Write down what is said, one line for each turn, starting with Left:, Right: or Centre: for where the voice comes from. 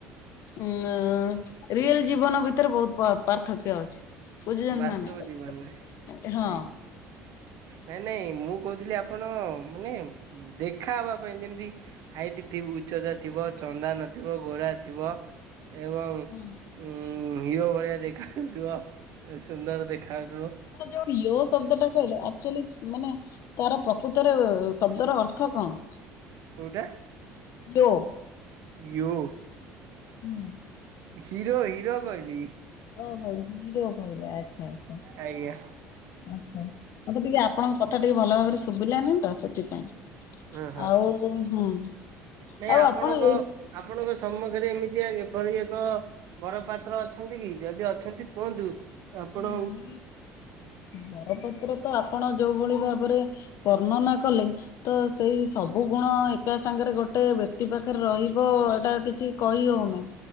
Left: ଉଁ ରିଏଲ ଜୀବନ ଭିତରେ ବହୁତ ପାର୍ଥକ୍ୟ ଅଛି। ବୁଝୁଚନ୍ତି
Right: ବାସ୍ତବ
Left: ନା ନାହିଁ
Right: ଜୀବନରେ
Left: ହଁ।
Right: ଆଜ୍ଞା ନାଇଁ ନାଇଁ ମୁଁ କଉଥିଲି ଆପଣ ମାନେ ଦେଖା ହବା ପାଇଁ ଯେମିତି ହାଇଟ୍ ଥି ଉଚ୍ଚତା ଥିବ ଚନ୍ଦା ନଥିବ ଘୋରା ଥିବ। ଏବଂ
Left: ହୁଁ।
Right: ଉ ହିରୋ ଭଳିଆ ଦେଖାଯାଉଥିବ। ଏ ସୁନ୍ଦର ଦେଖାହଉଥିବ।
Left: ଯୋଉ ୟୋ ଶବ୍ଦ ଟା କହିଲେ ଆଚୁଆଲି ମାନେ ତାର ପ୍ରକୃତରେ ଶବ୍ଦର ଅର୍ଥ କଣ?
Right: କୋଉଟା?
Left: ୟୋ।
Right: ୟୋ?
Left: ହୁଁ।
Right: ହିରୋ ହିରୋ କହିଲି।
Left: ଓ ହୋ ନିରୋଗ ହୋଇଲା ଆଚ୍ଛା ଆଚ୍ଛା।
Right: ଆଜ୍ଞା
Left: ଆଚ୍ଛା ମତେ ଟିକେ ଆପଣଙ୍କ କଥା ଟିକେ ଭଲ ଭାବରେ ଶୁଭିଲାନି ତ ସେଥିପାଇଁ
Right: ହଁ ହଁ
Left: ଆଉ ହୁଁ।
Right: ନାଇଁ
Left: ଆଉ
Right: ଆପଣଙ୍କ
Left: ଆପଣ ଏଇ
Right: ଆପଣଙ୍କ ସମ୍ମୁଖରେ ଏମିତିଆ ଏଭଳି ଏକ ବର ପାତ୍ର ଅଛନ୍ତି କି ଯଦି ଅଛନ୍ତି କୁହନ୍ତୁ ଆପଣ
Left: ନାଇଁ ବରପତ୍ର ତ ଆପଣ ଯୋଉ ଭଳି ଭାବରେ ବର୍ଣ୍ଣନା କଲେ ତ ସେଇ ସବୁ ଗୁଣ ଏକା ସାଙ୍ଗରେ ଗୋଟେ ବ୍ୟକ୍ତି ପାଖରେ ରହିବ ଏଇଟା କିଛି କହି ହଉନି।